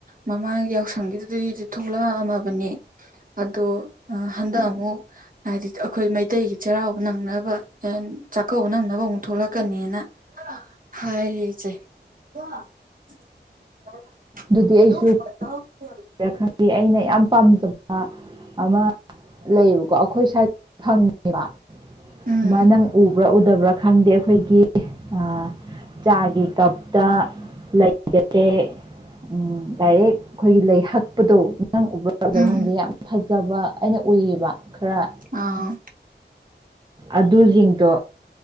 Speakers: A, on the right; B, on the right.
A: ꯃꯃꯥꯡꯒꯤ ꯌꯥꯎꯁꯪꯒꯤꯗꯨꯗꯗꯤ ꯊꯣꯛꯂꯛꯑꯝꯃꯕꯅꯦ꯫ ꯑꯗꯣ ꯑ ꯍꯟꯗꯛ ꯑꯃꯨꯛ ꯍꯥꯏꯗꯤ ꯑꯈꯣꯏ ꯃꯩꯇꯩꯒꯤ ꯆꯩꯔꯥꯎꯕ ꯅꯪꯅꯕ ꯑꯦꯟ ꯆꯥꯛꯀꯧꯕ ꯅꯪꯅꯕ ꯑꯃꯨꯛ ꯊꯣꯛꯂꯛꯀꯅꯤꯅ ꯍꯥꯏꯔꯤ ꯏꯆꯦ <unintelligible>
B: ꯗꯨꯗꯤ ꯑꯩꯁꯨ
A: <unintelligible>
B: <unintelligible> ꯈꯪꯗꯦ ꯑꯩꯅ ꯌꯥꯝ ꯄꯥꯝꯖꯕ ꯑꯃ ꯂꯩꯌꯦꯕꯀꯣ ꯑꯈꯣꯏ ꯁꯥꯏꯠ ꯐꯪ <unintelligible> ꯑꯦꯕ
A: ꯎꯝ
B: ꯗꯨꯃꯥꯢ ꯅꯪ ꯎꯕ꯭ꯔꯥ ꯎꯗꯕ꯭ꯔꯥ ꯈꯪꯗꯦ ꯑꯩꯈꯣꯏꯒꯤ ꯑ ꯆꯥꯒꯤ ꯀꯞꯇ ꯂꯩꯒꯁꯦ ꯎꯝ ꯗꯥꯏꯔꯦꯛ ꯈꯣꯏꯒꯤ ꯂꯩ ꯍꯛꯄꯗꯣ ꯅꯪ ꯎꯕ꯭ꯔꯥ ꯎꯗꯕ꯭ꯔꯥ
A: ꯎꯝ
B: ꯈꯪꯗꯦ ꯌꯥꯝ ꯐꯖꯕ ꯑꯩꯅ ꯎꯏꯌꯦꯕ ꯈꯔ
A: ꯑꯥ
B: ꯑꯗꯨꯁꯤꯡꯗꯣ